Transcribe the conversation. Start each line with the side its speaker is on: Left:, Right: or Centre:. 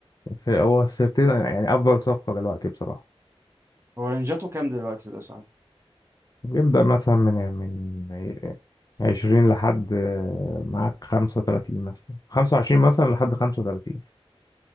Left: في هو ال 13 يعني افضل صفقة دلوقتي بصراحة
Right: هو رينجاته كام دلوقتي ده صح
Left: بيبدأ مثلا من من عشرين لحد آه، معاك خمسة وتلاتين مثلا خمسة وعشرين مثلا لحد خمسة وتلاتين